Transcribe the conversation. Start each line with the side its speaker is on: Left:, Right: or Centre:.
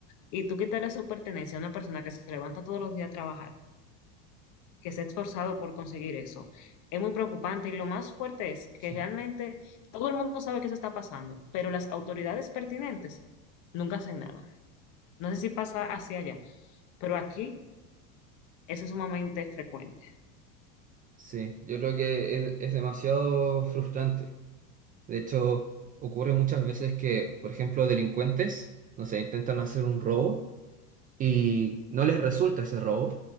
Left: Y tú quitarle su pertenencia a una persona que se levanta todos los días a trabajar. que se ha esforzado por conseguir eso. Es muy preocupante y lo más fuerte es
Right: sí.
Left: que realmente todo el mundo sabe que eso está pasando, pero las autoridades pertinentes nunca hacen nada. No sé si pasa hacia allá, pero aquí eso es sumamente frecuente.
Right: Sí, yo creo que es, es demasiado frustrante. De hecho, ocurre muchas veces que, por ejemplo, delincuentes, no sé, intentan hacer un robo y no les resulta ese robo.